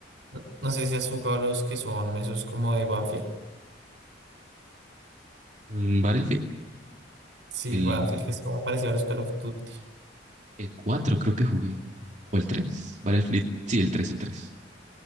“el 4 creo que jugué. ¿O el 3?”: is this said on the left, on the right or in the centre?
Right